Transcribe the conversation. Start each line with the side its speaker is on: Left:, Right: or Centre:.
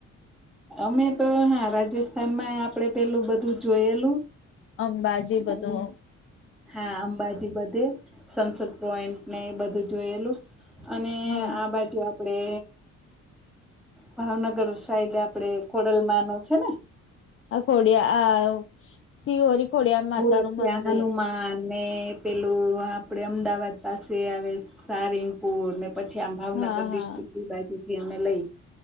Centre: અમે તો હા રાજસ્થાનમાં આપડે પેલું બધું જોયેલું
Left: અંબાજી બધું
Centre: હમ. હા અંબાજી બધે સંસદ પોઈન્ટ ને એ બધું જોયેલું. અને
Left: હા
Centre: આ બાજુ આપડે ભાવનગર સાઈડ આપડે ખોડલમાં ન છે ને
Left: આ કોડયા આ સિ ઓરી કોડય માતાનું
Centre: ગોરખિયા
Left: મંદિર
Centre: હનુમાન ને પેલું આપડે અમદાવાદ પાસે આવે સારિંગપુર ને પછી આમ ભાવનગર
Left: હા
Centre: ડિસ્ટ્રિક્ટ
Left: હા.
Centre: બાજુથી અમે લઈ